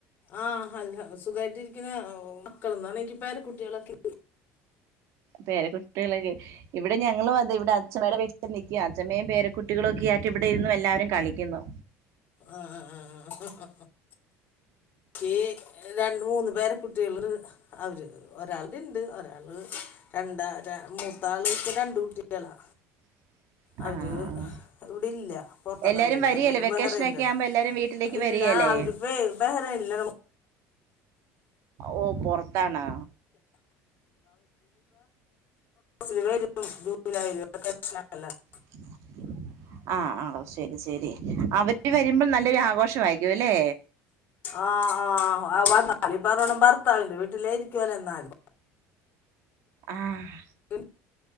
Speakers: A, on the left; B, on the right.
A: ആഹ് അല്ല സുഖമായിട്ടിരിക്കുന്ന മക്കളൊന്നാണെങ്കി എനിക്ക് പേരകുട്ടികളൊക്കെ
B: പേരെ കുട്ടികളൊക്കെ ഇവിടെ ഞങ്ങളും അതെ ഇവിടെ അച്ചമ്മയുടെ വീട്ടിൽ നിൽകുവാ അച്ഛമ്മയും പേര കുട്ടികളൊക്കെ ആയിട്ട് ഇവിടെ ഇന്ന് എല്ലാവരും കളിക്കുന്നു
A: ആ ആ ആ ആ ആ ഈ രണ്ട് മൂന്ന് പേര കുട്ടികൾ അവര് ഒരാളുടെ ഇണ്ട് ഒരാള് രണ്ടാ മൂത്താൾക്ക് രണ്ട് കുട്ടികളാ
B: <inaudible>
A: അവര്
B: ആഹ്
A: ഇവിടെല്ല പൊറതാണ്
B: എല്ലാരും
A: അവര്
B: വരികേലേ
A: അവര്
B: വെക്കേഷനൊക്കെ
A: ബഹറയിനില്ലാണ്
B: ആകുമ്പോ എല്ലാരും വീട്ടിലേക്ക്
A: ഇല്ല
B: വരികേലേ
A: അവർ പ്പ ബഹറൻ ല്ല
B: ഓ പുറത്താണോ
A: <inaudible> ജൂലൈ <inaudible>
B: <inaudible> ആഹ് ആ ശരി ശരി അവര് വരുമ്പോൾ നല്ലൊരു ആഘോഷം ആയിരിക്കും അല്ലെ
A: ആഹ് ആഹ് വന്നാൽ ഇപ്പം ഭർത്താവിൻ്റെ വീട്ടിലോയിരിക്കുവല്ലേ എന്നാല്
B: ആഹ്
A: <unintelligible>